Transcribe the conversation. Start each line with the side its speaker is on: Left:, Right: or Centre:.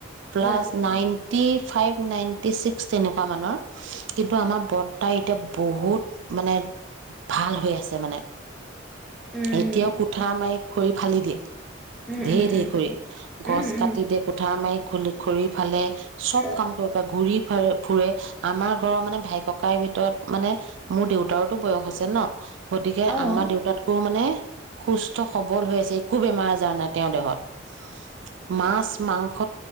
Right: plus
Centre: উম
Right: ninety five ninety six তেনেকুৱা মানৰ কিন্তু আমাৰ বৰ্তা এতিয়া বহুত মানে ভাল হৈ আছে মানে
Centre: উম
Right: এতিয়াও কোঠা আমাই খৰি ফালি দিয়ে
Centre: উম
Right: ধেৰ
Centre: উম
Right: ধেৰ
Centre: উম
Right: খ
Centre: উম
Right: গছ
Centre: উম উম
Right: কাটি দিয়ে কুঠা মাৰি খ খৰি ফালে চব
Centre: উম
Right: কাম কৰিব পাৰে ঘুৰি ফুৰে আমাৰ ঘৰৰ মানে ভাই ককাই ভিতৰত মানে মোৰ দেউতাৰতো বয়স আছে ন গতিকে
Centre: অ'।
Right: আমাৰ দেউতাতকো মানে সুস্থ সবল হৈ আছে একো বেমাৰ আজাৰ নাই তেওঁৰ দেহত মাছ মাংস